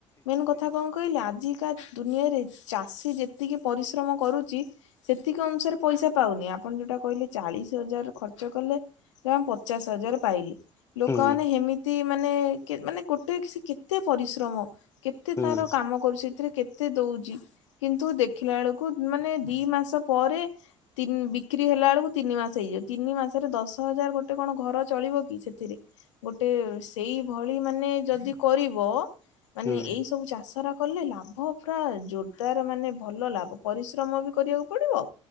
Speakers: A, on the left; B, on the left.
A: ମେନ୍ କଥା କଣ କହିଲେ ଆଜିକା ଦୁନିଆରେ ଚାଷୀ ଯେତିକି ପରିଶ୍ରମ କରୁଛି ସେତିକି ଅନୁସାରେ ପଇସା ପାଉନି ଆପଣ ଯୋଉଟା କହିଲେ ଚାଳିଶ ହଜାର ଖର୍ଚ୍ଚ କଲେ ଜାନ ପଚାଶ ହଜାର ପାଇଲି ଲୋକମାନେ
B: ହୁଁ
A: ହେମିତି ମାନେ କେ ମାନେ ଗୋଟେ କି କେତେ ପରିଶ୍ରମ କେତେ
B: ହୁଁ
A: ତାର କାମ କରୁଛି ଏଥିରେ କେତେ ଦଉଛି କିନ୍ତୁ ଦେଖିଲା ବେଳକୁ ମାନେ ଦି ମାସ ପରେ ତି ବିକ୍ରି ହେଲା ବେଳକୁ ତିନି ମାସ ହେଇଯିବ ତିନି ମାସରେ ଦଶ ହଜାର ଗୋଟେ କଣ ଘର ଚଳିବ କି ସେଥିରେ ଗୋଟେ ସେଇ ଭଳି ମାନେ ଯଦି କରିବ ମାନେ
B: ହୁଁ
A: ଏଇ ସବୁ ଚାଷର କଲେ ଲାଭ ପୁରା ଜୋରଦାର ମାନେ ଭଲ ଲାଭ ପରିଶ୍ରମ ବି କରିବାକୁ ପଡ଼ିବ